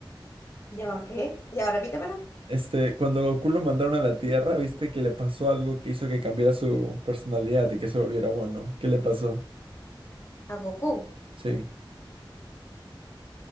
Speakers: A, on the left (about 30°); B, on the right (about 85°).
A: ¿Ya va qué? ¿Ya va, repítemelo?
B: Este, cuando Goku lo mandaron a la Tierra, viste que le pasó algo que hizo que cambiara su personalidad y que se volviera bueno. ¿Qué le pasó?
A: A Goku.
B: Sí.